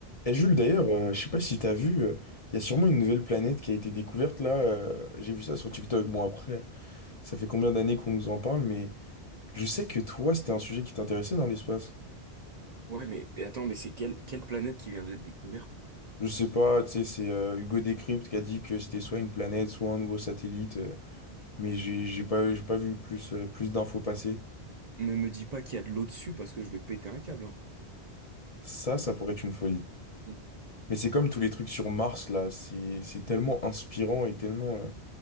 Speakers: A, on the left; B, on the right.
A: Et Jules, d'ailleurs, euh, je sais pas si t'as vu, euh, il y a sûrement une nouvelle planète qui a été découverte là. euh, j'ai vu ça sur TikTok. Bon, après, ça fait combien d'années qu'on nous en parle, mais je sais que toi, c'était un sujet qui t'intéressait dans l'espace.
B: Ouais, mais et attends, mais c'est quelle, quelle planète qui vient d'être découverte?
A: Je sais pas, tu sais, c'est euh, Hugo Décrypte qui a dit que c'était soit une planète, soit un nouveau satellite, euh, mais j'ai j'ai pas, j'ai pas vu plus, euh, plus d'infos passer.
B: Ne me dis pas qu'il y a de l'eau dessus parce que je vais péter un câble, hein.
A: Ça, ça pourrait être une folie.
B: Mm,
A: Mais c'est comme tous les trucs sur Mars là, c'est c'est tellement inspirant et tellement. euh,